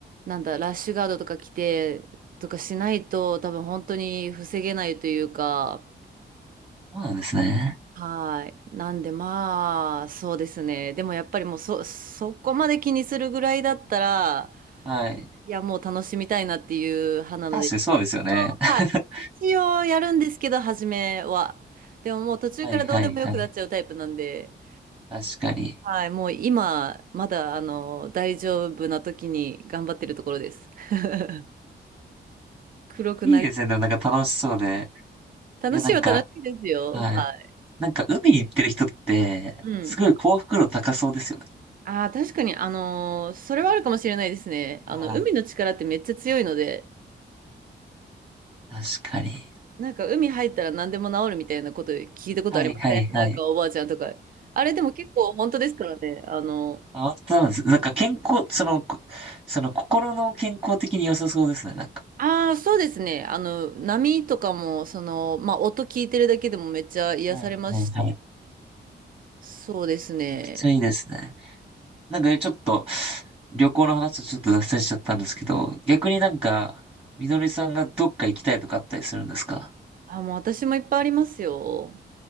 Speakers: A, on the right; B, in the centre.
A: う、なんだ、ラッシュガードとか着てとかしないと多分本当に防げないというか、
B: そうなんですね。
A: はい。なんでまあ、そうですね。でもやっぱりもうそ、そこまで気にするぐらいだったら、
B: はい。
A: いやもう楽しみたいなっていう派なので、
B: 確かにそうですよね。<laughs>
A: はい。一応やるんですけど、初めは。でももう途中からどうでもよくなっちゃうタイプなんで、
B: はいはいはい。確かに。
A: はい、もう今、まだ、あの、大丈夫な時に頑張ってるところです。<laughs> 黒くなり、
B: いいですね。でもなんか楽しそうで。
A: 楽しいは楽しいですよ。
B: いやなんか、はい。
A: はい。
B: なんか海行ってる人って、
A: うん。
B: すごい幸福度高そうですよね。
A: ああ、確かに、あのーそれはあるかもしれないですね。あの、
B: はい。
A: 海の力ってめっちゃ強いので、
B: 確かに。
A: なんか海入ったら何でも治るみたいなこと聞いたことありませんなんかおばあちゃんとか。
B: はいはいはい。
A: あれでも結構本当ですからね。あの、
B: あ、本当なんです。なんか健康、その、こその心の健康的に良さそうですね。なんか。
A: ああ、そうですね。あの、波とかも、その、まあ、音聞いてるだけでもめっちゃ癒されますし。
B: はいはいはい。
A: そうですね。
B: めちゃくちゃいいですね。なんかちょっと、旅行の話とちょっと脱線しちゃったんですけど、逆になんか、みのりさんがどっか行きたいとかあったりするんですか
A: あ、もう私もいっぱいありますよ。